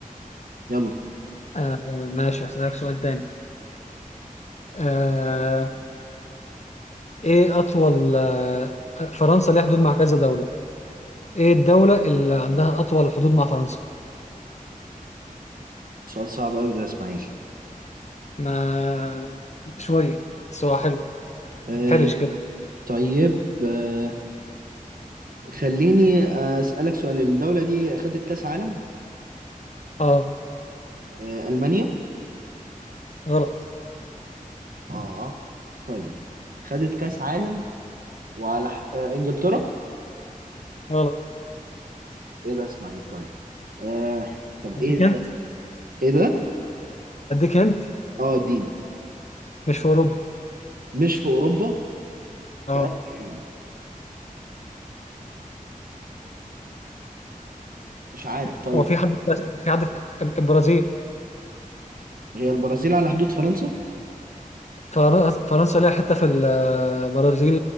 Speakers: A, on the right; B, on the left.
A: يلا
B: آه ماشي هسألك سؤال تاني آه ايه اطول آه فرنسا ليها حدود مع كذا دولة ايه الدولة اللي عندها اطول حدود مع فرنسا
A: سؤال صعب قوي ده يا اسماعيل
B: ما شوية بس هو حلو
A: أه
B: حرش كده
A: طيب أه خليني أسألك سؤال الدولة دي خدت كأس عالم
B: اه
A: أه ألمانيا
B: غلط
A: اه طيب خدت كأس عالم وعلى ح- أه إنجلترا
B: غلط
A: ايه ده يا اسماعيل طيب أه طب
B: اديك
A: ايه ده
B: انت
A: ايه ده
B: اديك انت
A: اه اديني
B: مش في اوروبا
A: مش في أوروبا
B: اه
A: في آسيا يعني مش عارف طيب
B: هو في حد في في حد في البرازيل
A: هي البرازيل على حدود فرنسا
B: فرنس- فرنسا ليها حته في البرازيل